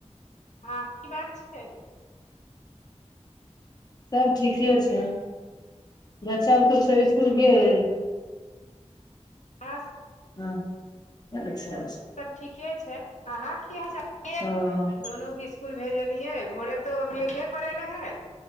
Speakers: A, on the left (about 85°); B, on the left (about 35°).
A: हँ की बात छै
B: सब ठीके छै बच्चा बुतू सब इसकुल गेल
A: पास
B: हँ अच्छा अच्छा
A: सब ठीके छै अहाँ की हाल चाल य
B: ओ
A: दोनो के इ इसकुल भेजलियै भोरे तो मेघे पड़े रहे